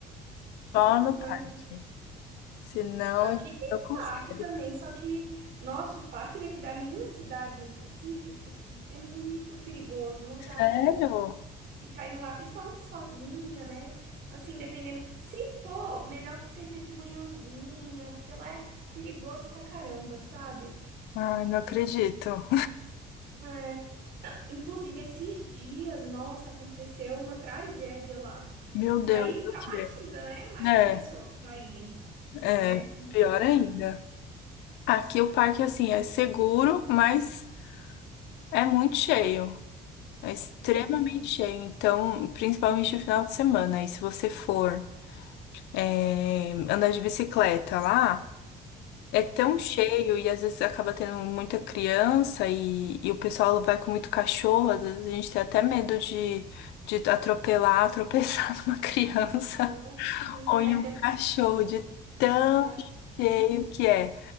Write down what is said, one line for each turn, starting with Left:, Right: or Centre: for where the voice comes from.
Left: Só no
Right: Mas
Left: parque. Senão
Right: aqui tem
Left: eu
Right: um
Left: consigo.
Right: parque também, só que nosso parque daqui da minha cidade em específico é muito perigoso, não
Left: Sério?
Right: dá pra gente ficar indo lá, principalmente sozinha, né? Assim, dependendo. Se for, melhor que seja de manhãzinha, porque lá é perigoso pra caramba, sabe?
Left: Ai, não acredito.
Right: É, a- inclusive, esses dias, nossa, aconteceu uma tragédia lá.
Left: Meu Deus,
Right: Aí traumatiza,
Left: o quê?
Right: né? Mais
Left: É,
Right: as pessoas a irem.
Left: é,
Right: É complicado.
Left: pior ainda. Aqui o parque, assim, é seguro, mas é muito cheio. É extremamente
Right: Não.
Left: cheio. Então, principalmente no final de semana. E se você for, é, andar de bicicleta lá, é tão
Right: Uhum.
Left: cheio e às vezes acaba tendo muita criança e, e o pessoal vai com muito cachorro. Às vezes a gente tem até medo de, de atropelar, <laughs> tropeçar numa criança.
Right: Não, sim,
Left: Põe
Right: é
Left: um cachorro
Right: <laughs>
Left: de tão
Right: demais.
Left: cheio
Right: Uhum.
Left: que é.